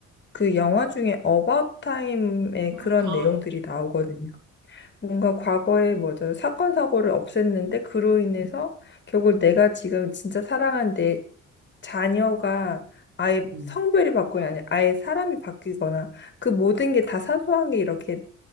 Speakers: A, on the left; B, on the right.
A: 그 영화 중에 About Time에 그런
B: 마- 아,
A: 내용들이 나오거든요. 뭔가 과거에 뭐죠? 사건 사고를 없앴는데 그로 인해서 결국 내가 지금 진짜 사랑한 내 자녀가 아예
B: 음,
A: 성별이 바뀌거나 아니 아예 사람이 바뀌거나 그 모든 게 다 사소한 게 이렇게